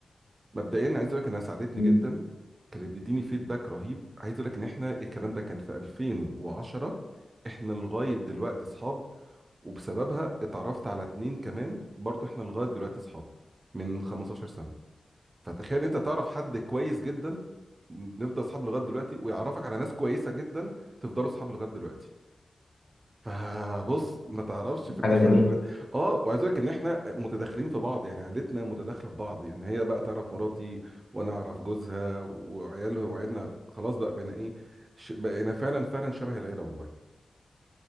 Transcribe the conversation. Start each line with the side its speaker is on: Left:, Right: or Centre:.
Right: مبدئيا عايز اقول لك انها ساعدتني
Left: مم.
Right: جدا كانت بتديني فيدباك رهيب عايز اقول لك ان احنا الكلام ده كان في 2010 احنا لغايه دلوقتي اصحاب وبسببها اتعرفت على اتنين كمان برضو احنا لغاية دلوقتي اصحاب من 15 سنة فتخيل انت تعرف حد كويس جدا نفضل اصحاب لغاية دلوقتي ويعرفك على ناس كويسة جدا تفضلوا اصحاب لغاية دلوقتي فبص ما تعرفش في الاخر
Left: حاجة جميلة
Right: اه وعايز اقول لك ان احنا متداخلين في بعض يعني عيلتنا متداخله في بعض يعني هي بقى تعرف مراتي وانا اعرف جوزها وعياله وعيالنا خلاص بقى بقينا ايه ش- بقينا فعلا فعلا شبه العيله والله